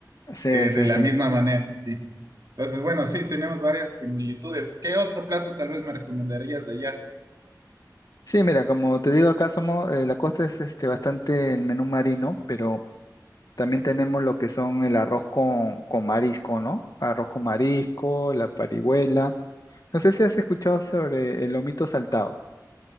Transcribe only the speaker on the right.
eh,
de la
misma manera, sí. Entonces, bueno, sí, tenemos varias similitudes. ¿Qué otro plato tal vez me recomendarías de allá?
Sí.